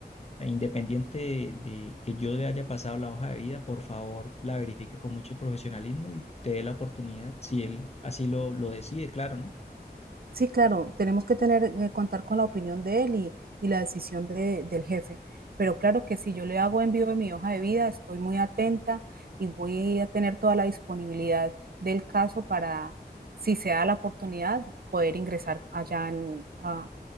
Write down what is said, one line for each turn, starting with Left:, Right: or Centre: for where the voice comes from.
Left: eh, independiente de, de que yo le haya pasado la hoja de vida, por favor, la verifique con mucho profesionalismo y te dé la oportunidad, si él así lo, lo decide, claro, ¿no?
Right: Sí, claro, tenemos que tener, eh, contar con la opinión de él y, y la decisión de- del jefe. Pero claro que si yo le hago envío de mi hoja de vida, estoy muy atenta y voy a tener toda la disponibilidad del caso para, si se da la oportunidad, poder ingresar allá en- a,